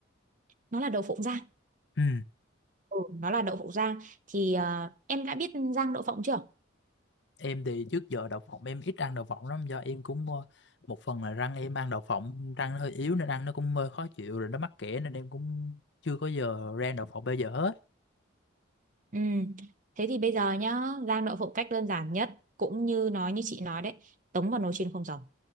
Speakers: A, on the right; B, on the left.
A: nó là đậu phộng rang
B: ừ.
A: Ừ, nó là đậu phộng rang thì à, em đã biết rang đậu phộng chưa?
B: em thì trước giờ đậu phộng em ít ăn đậu phộng lắm do em cũng ờ, một phần là răng em ăn đậu phộng răng nó hơi yếu nên ăn nó cũng hơi khó chịu rồi nó mắc kẽ nên em cũng chưa có giờ rang đậu phộng bao giờ hết
A: Ừ. Thế thì bây giờ nhá, rang đậu phộng cách đơn giản nhất cũng như nói như chị nói đấy, tống vào nồi chiên không dầu,